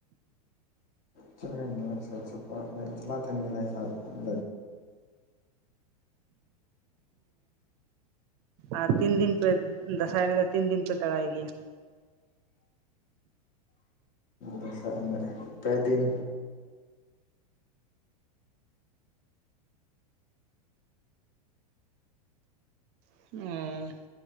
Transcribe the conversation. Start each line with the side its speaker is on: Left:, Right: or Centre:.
Left: ᱪᱮᱫ ᱞᱮᱠᱟᱧ ᱞᱟᱹᱭ ᱟᱢᱟ ᱥᱟᱡᱽ ᱥᱟᱯᱲᱟᱣ ᱮᱠᱞᱟ ᱛᱮᱢ ᱮᱱᱮᱡ ᱥᱟᱵ <unintelligible>
Right: ᱟᱨ ᱛᱤᱱ ᱫᱤᱱ ᱯᱮ ᱫᱟᱸᱥᱟᱭ ᱮᱱᱮᱡ ᱫᱚ ᱛᱤᱱ ᱫᱤᱱ ᱯᱮ ᱫᱟᱲᱟᱭ ᱜᱮᱭᱟ
Left: ᱫᱟᱸᱥᱟᱭ ᱮᱱᱮᱢ ᱯᱮ ᱫᱤᱱ
Right: ᱚ